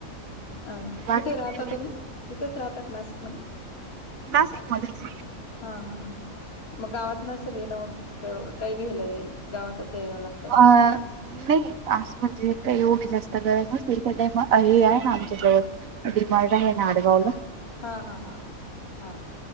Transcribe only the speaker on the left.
अ
कुठे राहता तुम्ही इथेच राहताात नाशिकमध्ये
हा हा ह् मग गावात नसेल नवत काय घेलंय गावातच यावं लागतं.
हा हा हा हा.